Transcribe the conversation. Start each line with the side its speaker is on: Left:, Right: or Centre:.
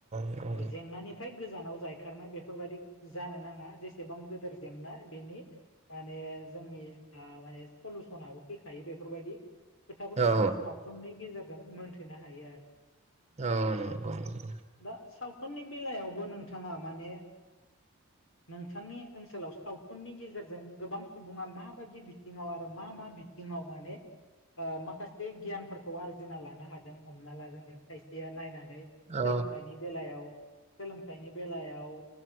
Right: नंगौ
Left: औ जेंनानि फ्राय गोजानाव जायखारनाय बेफोरबायदि जानो नाङा जेसेबां गोदोर जेंना बेनि माने जोंनि ओ माने सलुसनाबो फैखायो बेफोरबायदि खोथाफोरखौ
Right: औ
Left: जोङो सावथुननि गेजेर जों मोनथिनो हायो आरो
Right: औ नंगौं नंगौ
Left: दा सावथुननि बेलायावबो नोंथाङा माने नोंथांनि ओनसोलाव सावथुननि गेजेरजों गोबां सुबुङा मा <unintelligible> बादि बिथिङाव आरो मा मा बिथिङाव माने ओ माखासे गियानफोरखौ आरजिना लानो हादों हमना ला जोङो खायसेया नायनानै सोलोंथाइनि
Right: औ
Left: बेलायाव सोलोंथाइनि बेलायाव